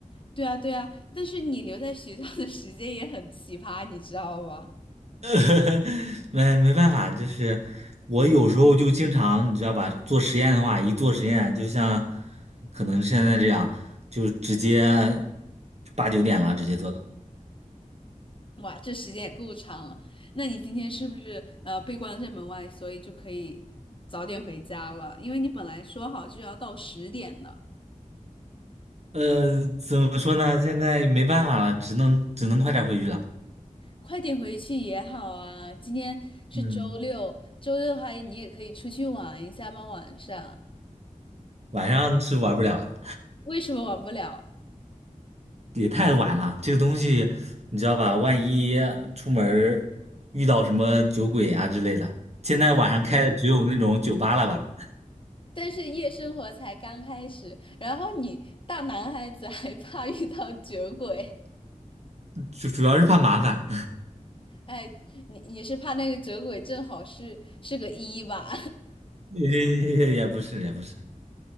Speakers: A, on the left; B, on the right.
A: 对啊，对啊，但是你留在学校的时间也很奇葩，你知道吗？
B: <laughs> 没没办法，就是我有时候就经常，你知道吧，做实验的话，一做实验，就像可能现在这样，就直接八九点了，直接做的。
A: 哇，这时间也够长了。那你今天是不是呃被关在门外，所以就可以早点回家了？因为你本来说好是要到十点的。
B: 呃，怎么说呢？现在没办法了，只能只能快点回去了。
A: 快点回去也好啊。今天是周六，
B: 嗯，
A: 周六的话你也可以出去玩一下嘛，晚上。
B: 晚上是玩不了了，
A: 为什么玩不了？
B: 也太晚了。这个东西你知道吧？万一出门儿遇到什么酒鬼啊之类的，现在晚上开的只有那种酒吧了吧？
A: 但是夜生活才刚开始，然后你大男孩子还 <laughs> 怕遇到酒鬼，
B: 主主要是怕麻烦。
A: 哎，你你是怕那个酒鬼正好是是个一吧？
B: <laughs> 也也不是也不是，